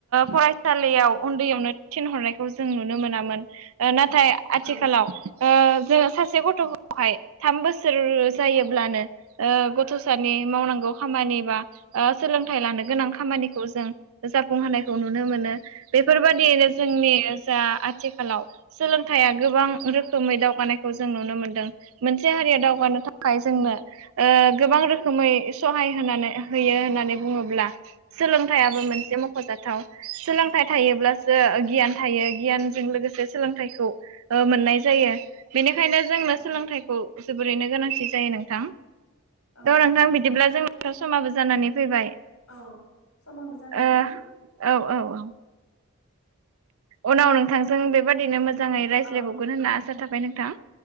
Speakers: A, on the right; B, on the left.
A: फरायसालियाव
B: औ
A: उन्दैयावनो थिनहरनाय खौ जों नुनो मोना ओ नाथाय आथिखालाव
B: औ
A: ओ जोङो सासे गथ'खौहाय थाम बो सोर जायोब्लानो
B: औ
A: ओ गथ' सानि मावनांगौ खामानि बा ओ सोलोंथाइ लानो गोनां
B: औ
A: खामानिखौ जों जाफुंहोनायखौ नुनो मोनो। बेफोरबादियैनो जोंनि जा आ आथिखालाव सोलोंथाइया गोबां रोखोमै दावगानायखौ जों नुनो मोनदों। मोनसे हारिया दावगानो थाखाय जोंनो ओ गोबां रोखोमै सहाय होनानै होयो होननानै बुङोब्ला सोलोंथाइयाबो
B: औ
A: मोनसे मख'जाथाव। सोलोंथाइ थायोब्लासो गियान थायो गियान जों लोगोसे सोलोंथाइखौ ओ मोननाय जायो बेनिखायनो जोंनो
B: औ
A: सोलोंथाइखौ जोबोरैनो गोनांथि जायो नोंथां
B: औ
A: थ'
B: नंगौ
A: नोंथां बिदिब्ला जोंना समाबो जानानै फैबाय
B: औ समाबो जाबाय
A: ओ
B: नोंथां
A: औ - औ - औ। उनाव नोंथांजों बेबादिनो मोजाङै रायज्लायबावगोन
B: औ
A: होनना आसा थाबाय नोंथां।